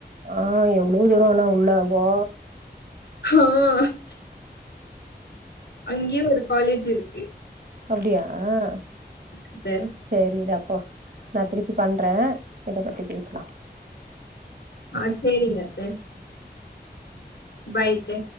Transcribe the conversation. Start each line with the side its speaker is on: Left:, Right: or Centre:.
Right: ஆஹ் ய எவ்ளோ தூர ஆனா உள்ள பா
Left: ஆஹ் <inaudible> அங்கயே ஒரு காலேஜ் இருக்கு
Right: அப்டியாஹ்
Left: அத்த.
Right: செரி ரப் அப்போ நா திருப்பி பண்ற இத பத்தி பேசலா
Left: ஆஹ் சேரிங்கத்த பாய்த்த